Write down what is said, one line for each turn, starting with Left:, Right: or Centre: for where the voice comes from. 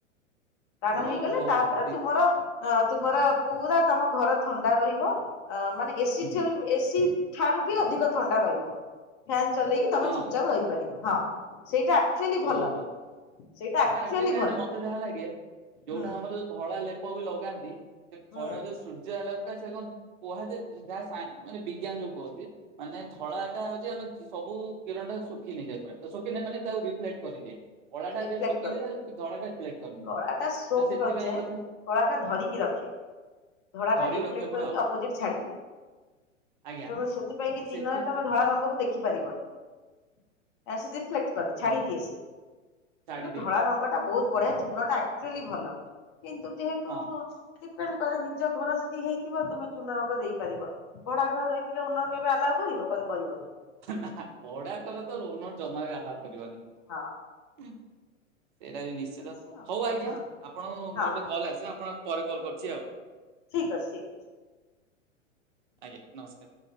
Left: ଟାଣ
Right: ଓହୋ
Left: ହେଇଗଲେ ତାପରେ
Right: ଦି-
Left: ତୁମର ଅ ତୁମର ପୁରା ତମ ଘର ଥଣ୍ଡା ରହିବ। ଅ ମାନେ ଏସି
Right: ହୁଁ
Left: ଠୁ ଏସି ଠାରୁ ବି ଅଧିକ ଥଣ୍ଡା ରହିବ। ଫ୍ୟାନ ଚଲେଇକି ତମେ
Right: ହଁ
Left: ଚୁପଚାପ ରହିପାରିବ। ହଁ ସେଇଟା ଆକ୍ଚୁଆଲି ଭଲ
Right: ଓହୋ
Left: ସେଇଟା ଆକ୍ଚୁଆଲି
Right: ଏଟା ଆକଚୁଆଲି କାହିଁକି
Left: ଭଲ
Right: ନା ମତେ ଯାହା ଲାଗେ, ଯୋଉଟା
Left: ହୁଁ
Right: ଆମର ଯୋଉ ଧଳା ଲେ ପ ବି ଲଗାନ୍ତି ସେ
Left: ହୁଁ
Right: ଖରା ଯୋଉ ସୂର୍ଯ୍ୟ ହେଲଗଥା ସେ କଣ <unintelligible> କୁହାଯେ ଯାହା ସାଇ ମାନେ ବିଜ୍ଞାନ ଯୋଉ କୁହନ୍ତି ମାନେ ଧଳା ଏଟା ହଉଛି ଆମେ ସବୁ କିରଣ ଟା ଶୁଖିନେଇଯାଏ ପୁରା। ଶୁଖିନାହି ମାନେ ତାଉ କରିଦେ ଅଳାଟା
Left: ରିଫ୍ଲେକ୍ଟ
Right: ଯଦି ସୁଖୀ
Left: କରିଦିଏ
Right: ଧଳାା କରିନି
Left: କଳା ଟା ସୋକ୍
Right: ସେଥିପାଇଁ
Left: କରିଯାଏ
Right: ବୋଧେ। <unintelligible>
Left: କଳା ଟା ଧରିକି ରଖେ। ଧଳାଟା
Right: ଧରି
Left: ରିଫ୍ଲେକ୍ଟ
Right: ରଖେ ପୁରା
Left: କରିକି
Right: ଆଉ
Left: ଅପଜିଟି ଛାଡିଦିଏ।
Right: ଆଜ୍ଞା
Left: ତ ସେଥିପାଇଁ
Right: ତ
Left: କି
Right: ସେଠି
Left: ଦିନରେ ତମେ ଧଳା ରଙ୍ଗକୁ ଦେଖି ପାରିବନି। କାରଣ ସେ ରିଫ୍ଲେକ୍ଟ କରେ
Right: ହୁଁ
Left: ଛାଡି ଦିଏ ସିଏ।
Right: ଛାଡିଦିଏ
Left: ତେଣୁ ଧଳା
Right: ପୁରା।
Left: ରଙ୍ଗ ଟା ବହୁତ୍ ବଢିଆ ଚୂନ ଟା ଆକଚୁଆଲି ଭଲ। କିନ୍ତୁ ଯେହେତୁ
Right: ହଁ
Left: ଡିପେଣ୍ଡ କରେ, ନିଜ ଘର ଯଦି ହେଇଥିବ ତୁମେ ଚୂନ ରଙ୍ଗ ଦେଇପାରିବ। ଘଡା ଘରେ ରହିଥିଲେ ଓନର କେବେ ଆଲାଉ କରିବ? କରିପାରିବନି।
Right: ନାଁ ଭଡା ଘରେ ତ ଓନର ଜମା ବି ଆଲାଓ କରିବନି।
Left: ହଁ।
Right: ସେଇଟା ବି
Left: ଏଇ
Right: ନିଶ୍ଚିତ।
Left: ଜିନିଷ
Right: ହଉ ଆଜ୍ଞା,
Left: ହଁ
Right: ଆପଣ ମୋର
Left: ହଁ
Right: ଗୋଟେ କଲ୍ ଆସିଲା ଆପଣ ପରେ କଲ୍ କରୁଚି ଆଉ।
Left: ଠିକ୍ ଅଛି, ଠିକ ଅଛି।
Right: ଆଜ୍ଞା, ନମସ୍କାର୍।